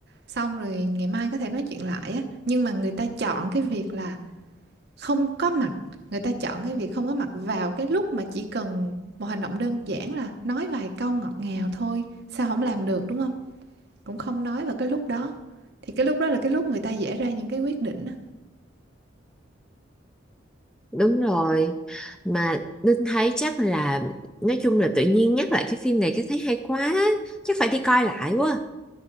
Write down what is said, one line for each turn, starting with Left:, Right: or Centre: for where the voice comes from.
Right: xong rồi ngày mai có thể nói chuyện lại á nhưng mà người ta chọn cái việc là không có mặt người ta chọn cái việc không có mặt vào cái lúc mà chỉ cần một hành động đơn giản là nói vài câu ngọt ngào thôi sao không làm được đúng không cũng không nói vào cái lúc đó thì cái lúc đó là cái lúc người ta dễ ra những cái quyết định á
Centre: đúng rồi mà Linh thấy chắc là nói chung là tự nhiên nhắc lại cái phim này cái thấy hay quá chắc phải đi coi lại quá